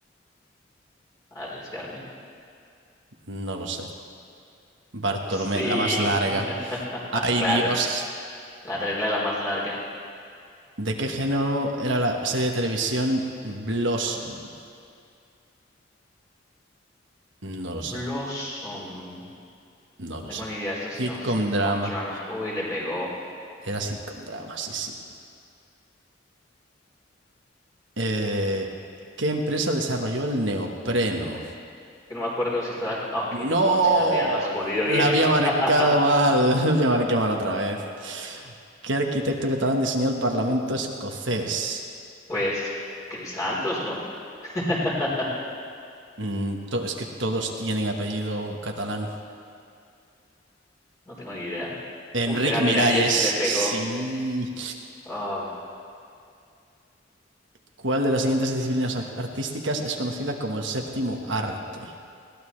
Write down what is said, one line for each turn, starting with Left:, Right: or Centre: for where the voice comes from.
Left: Arriesgarme.
Right: No lo sé. Bartolomé,
Left: Sí,
Right: la más larga.
Left: <laughs>
Right: Ay,
Left: claro,
Right: Dios.
Left: la regla es la más larga.
Right: ¿De qué género era la serie de televisión Blossom? No lo
Left: Blossom.
Right: sé, no
Left: No
Right: lo
Left: tengo
Right: sé.
Left: ni idea de esto, sino
Right: Sitcom
Left: sitcom
Right: drama.
Left: drama. Uy, le pegó.
Right: Era sitcom drama, sí, sí. Eh, ¿qué empresa desarrolló el neopreno?
Left: Que no me acuerdo si estaba. ah, Ok,
Right: No,
Left: DuPont, si la habría respondido
Right: la
Left: bien.
Right: había
Left: <laughs>
Right: marcado mal. <laughs> La marqué mal otra vez. ¿Qué arquitecto catalán diseñó el Parlamento escocés?
Left: Pues, Chris Santos, ¿no? <laughs>
Right: Mm, to- es que todos tienen apellido catalán.
Left: No tengo ni idea.
Right: Enric
Left: Uf, era mira,
Right: Miralles,
Left: Jesse le pegó.
Right: sí.
Left: Ah,
Right: ¿Cuál de las siguientes disciplinas ar- artísticas es conocida como el séptimo arte?